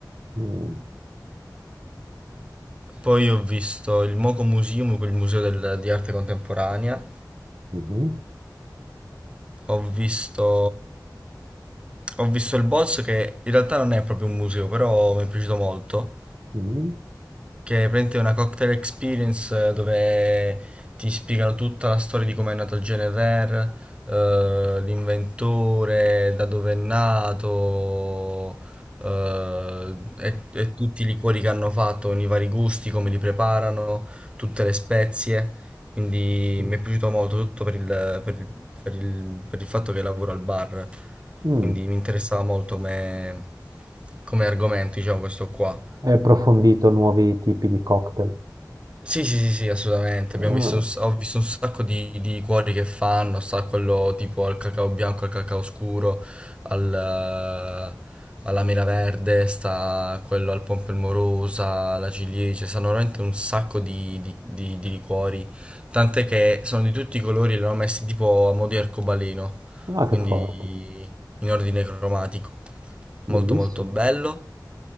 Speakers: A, on the right; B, on the right.
A: Mm,
B: poi ho visto il Moco Museum, quel museo del- di arte contemporanea.
A: mhm,
B: Ho visto... Ho visto il boss che in realtà non è proprio un museo, però mi è piaciuto molto.
A: mhm,
B: Che è praticamente una cocktail experience eh, dove ti spiegano tutta la storia di come è nato il Genever, eh, l'inventore, da dove è nato, eh, e, e tutti i liquori che hanno fatto, i vari gusti, come li preparano, tutte le spezie. Quindi
A: mm,
B: mi è piaciuto molto, tutto per il, per il- per il- per il fatto che lavoro al bar.
A: mm.
B: Quindi mi interessava molto come, come argomento, diciamo, questo qua.
A: Hai approfondito nuovi tipi di cocktail.
B: Sì, sì, sì, sì, assolutamente. Abbiamo
A: Ah,
B: visto un s- ho visto un sacco di, di cuori che fanno, sta quello tipo al cacao bianco, al cacao scuro, al, eh, alla mela verde, sta quello al pompelmorosa, alla ciliegia, stanno veramente un sacco di, di, di, di liquori. Tant'è che sono di tutti i colori, li hanno messi tipo a mo' di arcobaleno,
A: ah, che
B: quindi
A: forte,
B: in ordine cromatico.
A: bellissimo.
B: Molto molto bello.